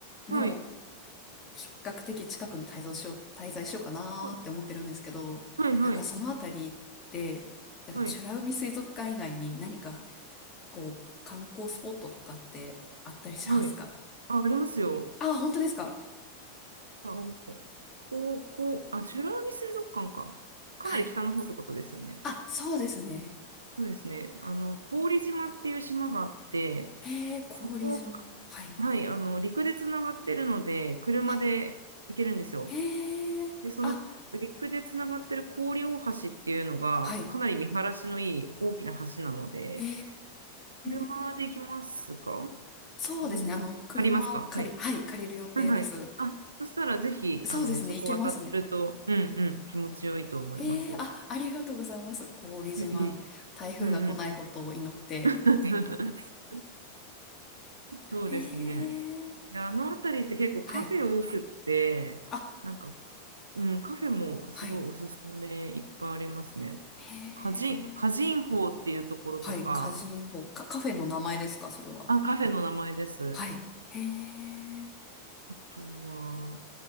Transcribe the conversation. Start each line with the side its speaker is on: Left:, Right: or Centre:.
Left: の
Right: うん。はい。
Left: 比較的近くに滞在しよう、滞在しようかなーって思ってるんですけど、
Right: はいはいはい。
Left: なんかそのあたりって、なんか美ら海水族館以外に何か
Right: はい。
Left: こう観光スポットとかってあったりしますか
Right: はい。あ、ありますよ。
Left: あ、本当ですか
Right: あ、あの、こう、こう、あ、美ら海水族館か。かなり北の方ってことですよね。
Left: はい。あ、そうですね。
Right: そうですね。あの、郡島っていう島があって、
Left: へえ、氷島。
Right: そこ、
Left: はい。
Right: はい、あの、陸でつながってるので、車で行けるんですよ。
Left: あ、へえ、
Right: で、その陸でつながってる郡大橋っていうのが、
Left: あ、はい。
Right: かなり見晴らしのいい大きな橋なので、
Left: へ
Right: 車で行きますか
Left: え、そうですね。
Right: 車、
Left: あの、車を借り、
Right: 借りますかはい。
Left: はい、借りる予定です。
Right: はいはい。あ、そしたらぜひ、
Left: そうですね。
Right: あの、そこ渡ると、
Left: 行けますね。
Right: うんうん、気持ちよいと思いますよ。
Left: へえ、あ、ありがとうございます。郡島。
Right: いえい
Left: 台風が来ないことを祈って。
Right: え。うんうん。<laughs> そうですね。
Left: へえ、
Right: で、あの辺りって結構カフェ多くって、
Left: はい。あ、
Right: なんかうん、カフェもすごいおすすめいっぱいありますね。
Left: はい。へえ、
Right: カジン、カジンホーっていうところとか、
Left: はい。歌人法。か、カフェの名前ですか、それは。
Right: あ、カフェの名前です。
Left: はい。へえ、
Right: あとは、